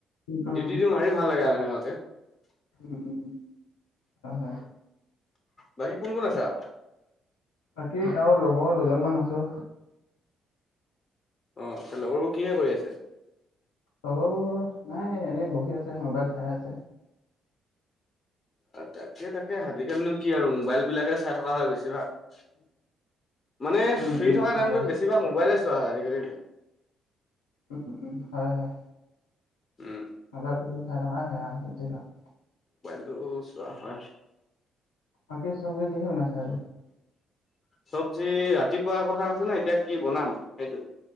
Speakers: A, on the left; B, on the left.
A: উম, উম,
B: ডিউটি
A: উম,
B: দি মাৰি ভাল লাগে আৰু এনেকুৱা। <unintelligible>
A: উম, উম। হয়, হয়।
B: বাকী, কোন, কোন আছা?
A: বাকী, আৰু লগৰ দুজনমান আছোঁ।
B: অ', এই লগৰবোৰ কিহে কৰি আছে?
A: লগৰবোৰ নাই, এনেই বহি আছে, মোবাইল চাই আছে।
B: তাকে-তাকে, আজিকালিনো কি আৰু! মোবাইলবিলাকে চাই থকা হয় বেছিভাগ। মানে,
A: উম,
B: ফ্ৰী
A: উম,
B: থকা টাইমটোত
A: মোবাইল
B: বেছিভাগ মোবাইলে চোৱা হয় আজিকালি।
A: উম, উম। হয়, হয়।
B: উম।
A: মবাইল খুলি চাই থকাৱে হয়, আৰু বেছিভাগ।
B: ত চোৱা হয়।
A: বাকী, চবজি কিহে বনাইছা আজি?
B: চবজি, ৰাতিপুৱাৰ কথা হৈছে নে? এতিয়া কি বনাম সেইটো?